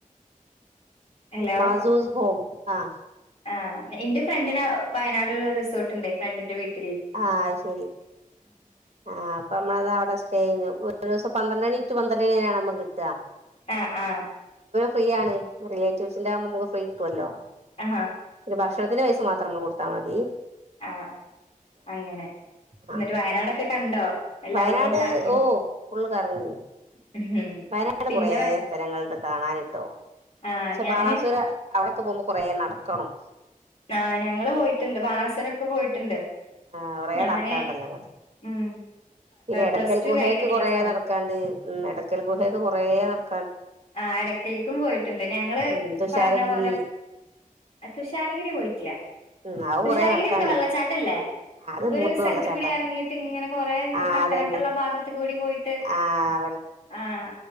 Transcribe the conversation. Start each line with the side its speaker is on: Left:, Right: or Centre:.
Left: ഹലോ
Right: മാസോസ് ഹോം ആഹ
Left: ആ എന്റെ ഫ്രണ്ടിൻ വയനാട് ഒരു റിസോർട്ടുണ്ട് ഫ്രണ്ടിന്റെ വീട്ട
Right: ആഹ ശരി ആഹ അപ്പൊ നമ്മളത് അവിടെ സ്റ്റേ ചെയ്യുന്നു ഒരു ദിവസം പന്ത്രണ്ട് മണിക്ക് ന പന്ത്രരാണ് നമു കിട്ടുക
Left: ആഹ ആഹ
Right: ഫ്രീയാണ് റിലേറ്റീവ്സിൻന്റെ ആകുമ്പോ നമക്ക് ഫ്രീ കിട്ടല്ലോ
Left: ആ
Right: ഒരു ഭക്ഷണത്തിന്റെ പൈസ മാത്ര നമ്മൾ കൊടുത്താൽ മതി അ
Left: ആഹ് അങ്ങനെ എന്നിട്ട്
Right: ആഹ്
Left: വയനാടൊക്കെ കണ്ടോ എല്ലാവിടും
Right: വയനാട്
Left: കറങ്ങി
Right: ഓ ഫുള്ള് കറങ്ങി
Left: ഉം
Right: വയനാട്
Left: പിന്നെ
Right: കുറെ
Left: വേ-
Right: സ്ഥലങ്ങളണ്ട് കാണാനിട്ടോ
Left: ആ
Right: പക്ഷെ
Left: ഞാന്
Right: ബാണാസുര അവളൊക്കെ പോകുമ്പോ കൊറേ നടക്കണം
Left: ആഹ ഞങ്ങള്ൾ പോയിട്ടുണ്ട് ബാാനാസവരൊക്കെ പോയിട്ടുണ്ട്
Right: ആ് കുറ
Left: ഞാന്
Right: നടക്കാണ്ടല്ലോ
Left: ഉം
Right: പിന്നെ എടയ്ക്കൽ
Left: പ്ലസ് ടു
Right: ഗുഹൊക്കെ
Left: കഴിഞ്ഞിട്ടുള്ള
Right: കൊറെേ
Left: സമയത്ത്
Right: നടക്കാണ്ട് ഉ എടയ്ക്കൽ ഗുഹയൊക്കെ കൊറ നടക്ക
Left: ആ് ഇടക്കയിലേക്കും പോയിട്ടുണ്ട് ഞങ്ങള്
Right: ഉം തുഷാരഗിരി
Left: പറഞ്ഞ പോലെ തുഷാരഗിരി പോയിട്ടു ഇല്ല
Right: ഉം അതും
Left: തുഷാരഗിരി
Right: കൊറേ നടക്കാണ്ട്
Left: എന്താ വെള്ളച്ചാട്ടല്ലേ
Right: അത്
Left: ഒരു
Right: മൂന്ന്
Left: സ്ഥലത്ത
Right: വെള്ളച്ചാട്ടാ
Left: കൂടി ഇറങ്ങിയിട്ട് ഇങ്ങനെ കൊറെേ
Right: ആഹ്
Left: കട്ടകട്ടുള്ള
Right: അതന്നെ
Left: ഭാഗത്ത കൂടി പോയിട്ട്
Right: ആഹ്
Left: ആഹ